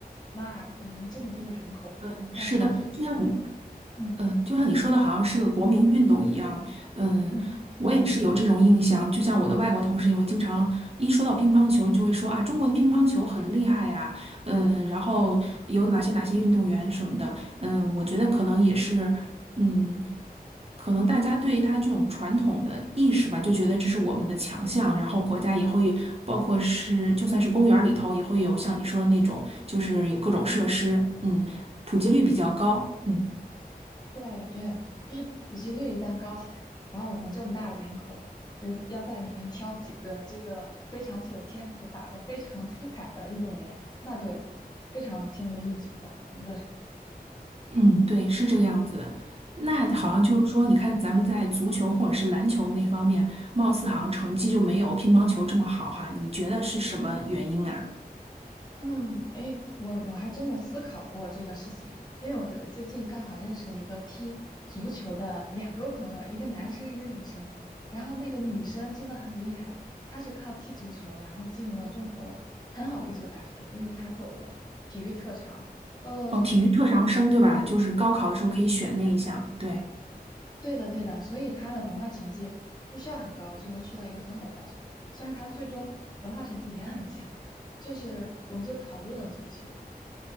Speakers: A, on the left; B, on the right.
A: 那我们这么多的人口，
B: 嗯，
A: 那挑出几个，
B: 是的，就像你
A: 嗯，
B: 嗯，呃就像你说的，
A: 你说，
B: 好像是个国民运动一样。嗯，
A: 嗯，
B: 我也是有这种印象。就像我的外国同事也会经常一说到乒乓球，就会说啊，中国的乒乓球很厉害呀、嗯，然后有哪些哪些运动员什么的。嗯，我觉得可能也是，嗯，可能大家对他这种传统的意识吧，就觉得这是我们的强项。然后国家也会，包括是就算是公园儿里头也会有像你说的那种，就是有各种设施，嗯，普及率比较高。嗯。
A: 对对，就是普及率一旦高起来，然后我们这么大的人口，人要在里面挑几个这个非常具有天赋、打得非常出彩的运动员，那就非常轻而易举了，你说是吧？
B: 嗯，对，是这个样子的。那好像就是说，
A: 嗯。
B: 你看咱们在足球或者是篮球那方面，貌似好像成绩就没有乒乓球这么好哈。你觉得是什么原因啊？
A: 嗯，哎，我我还真的思考过这个事情，因为我这最近刚好认识了一个踢足球的两个朋友，一个男生，一个女生。然后那个女生真的很厉害，她是靠踢足球，然后进入了中国很好的一所大学，因为她走的体育特长。呃，
B: 哦，体育特长生对吧？就是高考的时候可以选那一项，对，
A: 对的对的，所以她的文化成绩不需要很高就能去到一个很好的大学。虽然她最终文化成绩也很强，就是我们就讨论了足球。